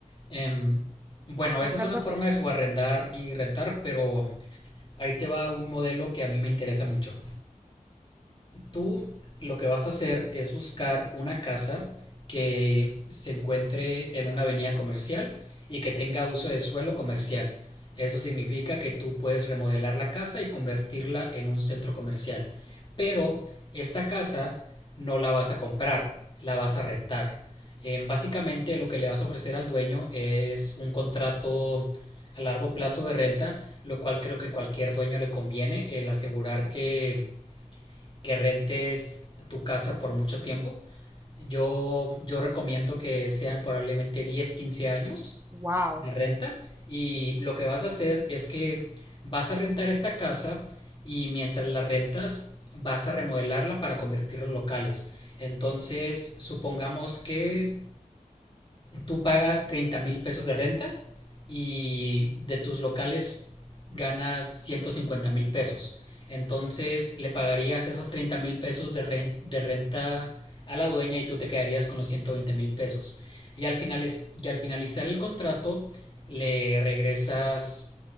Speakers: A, on the left; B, on the right.
A: Em, bueno,
B: ¿No
A: esa
B: es
A: es
B: algo
A: una forma
B: así?
A: de subarrendar y rentar, pero Ahí te va un modelo que a mí me interesa mucho tú lo que vas a hacer es buscar una casa que se encuentre en una avenida comercial y que tenga uso de suelo comercial. Eso significa que tú puedes remodelar la casa y convertirla en un centro comercial. Pero esta casa no la vas a comprar, la vas a rentar. Eh, básicamente lo que le vas a ofrecer al dueño es un contrato a largo plazo de renta, lo cual creo que cualquier dueño le conviene el asegurar que que rentes tu casa por mucho tiempo. Yo, yo recomiendo que sean probablemente 10 15 años
B: Wow.
A: de renta y lo que vas a hacer es que vas a rentar esta casa y mientras la rentas vas a remodelarla para convertirla en locales. Entonces, supongamos que tú pagas 30 mil pesos de renta y de tus locales ganas 150 mil pesos. Entonces le pagarías esos 30 mil pesos de, ren- de renta a la dueña y tú te quedarías con los 120 mil pesos. Y al, final es- y al finalizar el contrato le regresas